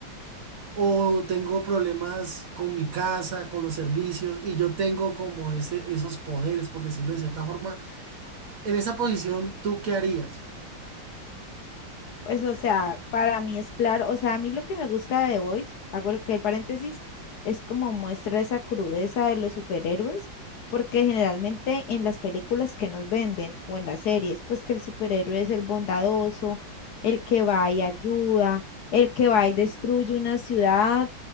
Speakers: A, on the right (about 50°); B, on the left (about 70°).
A: O tengo problemas con mi casa, con los servicios, y yo tengo como ese, esos poderes, por decirlo de cierta forma. En esa posición, ¿tú qué harías?
B: Pues, o sea, para mí es claro, o sea, a mí lo que me gusta de The Voice, hago lo que el paréntesis, es como muestra esa crudeza de los superhéroes, porque generalmente en las películas que nos venden o en las series, pues que el superhéroe es el bondadoso, el que va y ayuda, el que va y destruye una ciudad